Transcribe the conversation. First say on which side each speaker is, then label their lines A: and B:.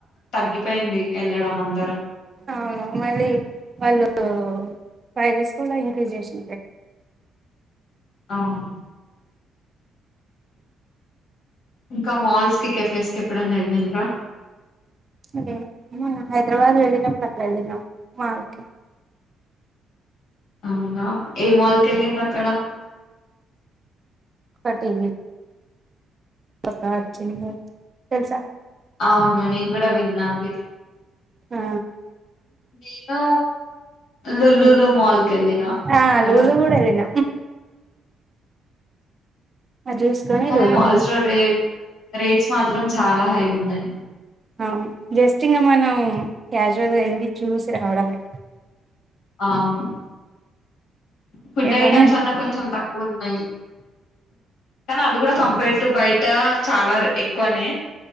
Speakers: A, on the left; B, on the right.
A: తగ్గి అ పోయింది వెళ్ళడం అందరం
B: అవును మళ్ళీ వాళ్ళు ప్రైసెస్ కూడా ఇంక్రీజ్ చేసి
A: అవును ఇంకా మాల్స్ కి కేఫేస్ కి ఎప్పుడన్నా వెళ్ళరా
B: లేదు హైదరాబాద్ కి వెళ్ళినప్పుడు వెళ్ళిన మాల్ కి
A: అవునా ఏ మాల్కి వెళ్ళింది అక్కడ
B: పటివి పతచ్చ తెలుసా
A: అవును నేను కూడా విన్నా అది
B: ఆ
A: నేను లుల్లులు
B: హ
A: మాల్ కి వెళ్ళిన
B: ఆ
A: అక్కడ
B: లులు కూడాడదిన చూసుకొని
A: కానీ
B: లూలు
A: మోల్స్లో
B: వెళ్ళినాం.
A: రైల్ రేట్స్ మాత్రం చాలా హై ఉన్నాయి
B: అవు జస్ట్ ఇంకా మనం క్యాజువల్గా వెళ్ళి చూసి రావడమే
A: ఆను ఫుడ్
B: ఏమన్నా
A: ఐటమ్స్ అన్నా కొంచెం తక్కువ ఉన్నాయి కానీ అవి కూడా కంపేర్ టు బయట చాలా ఎక్కువనే